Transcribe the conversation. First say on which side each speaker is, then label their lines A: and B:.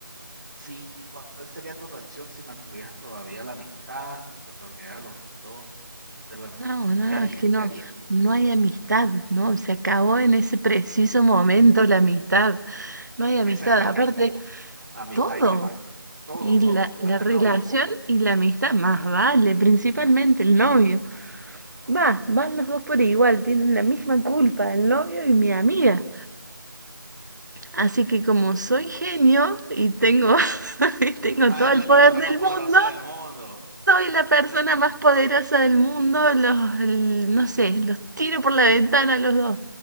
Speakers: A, on the right (about 40°); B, on the right (about 55°).
A: si, ¿cuál sería tu reacción si mantuvieras todavía la amistad, los perdonarías a los dos? Quitas la, re-
B: No,
A: o sea,
B: no,
A: ¿qué
B: no,
A: harías?
B: es que no,
A: ¿Qué harías?
B: no hay amistad, ¿no? Se acabó en ese preciso momento la amistad. No hay amistad,
A: ¿Qué se acabó?
B: aparte,
A: Amistad
B: todo.
A: y qué más. Todo,
B: Y
A: todo,
B: la, la
A: hasta
B: relación
A: el novio.
B: y la amistad, más vale, principalmente el novio. Va, van los dos por igual, tienen la misma culpa, el novio y mi amiga. Así que como
A: Entonces,
B: soy genio y tengo, <laughs> y tengo
A: ah,
B: todo
A: eres
B: el
A: la
B: poder
A: persona
B: del
A: más poderosa
B: mundo,
A: del mundo.
B: Soy la persona
A: Eh,
B: más poderosa del mundo, los, el- no sé, los tiro por la ventana a los dos.